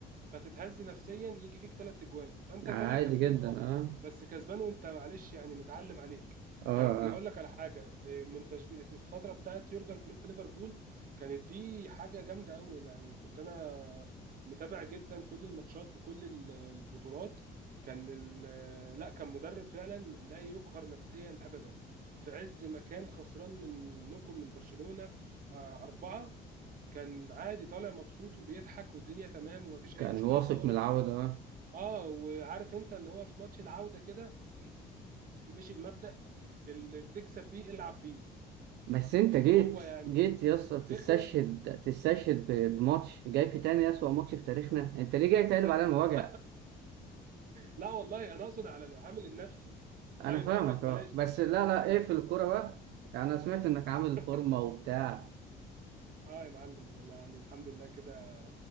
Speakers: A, on the right; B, on the right.
A: فتتهز نفسيا يجي فيك ثلاث اجوان فانت
B: عادي
A: طالع كسبان
B: جدا
A: اه
B: اه
A: بس كسبان وانت معلش يعني متعلم عليك
B: اه
A: يعني هقول
B: آه.
A: لك على حاجه إيه، من تشج... في الفتره بتاعت يورجن كلوب في ليفربول كانت دي حاجه جامده قوي يعني كنت انا متابع جدا كل الماتشات بكل ال- البطولات كان ال... لا كان مدرب فعلا لا يقهر نفسيا ابدا في عز ما كان خسران منكم من برشلونه آه، أربعة كان عادي طالع مبسوط وبيضحك والدنيا تمام ومفيش
B: كان
A: اي مشكله
B: واثق
A: خالص
B: من العودة اه
A: اه وعارف انت اللي هو في ماتش العوده كده مشي بمبدأ اللي تكسب بيه العب بيه
B: بس انت
A: اللي
B: جيت
A: هو يعني
B: جيت يا اسطى تستشهد
A: دخل
B: تستشهد ب- بماتش جاي في تاني اسوأ ماتش في تاريخنا انت ليه جاي تقلب
A: <laughs>
B: علينا وجع
A: لا والله انا اقصد على العامل النفسي
B: انا
A: طيب
B: فاهمك
A: هقول لك بلاش
B: اه بس
A: دي
B: لا
A: بلاش
B: لا
A: دي
B: ايه في الكورة بقى انا سمعت انك عامل
A: <laughs>
B: فورمة وبتاع
A: اه يا معلم لا، يعني الحمد لله كده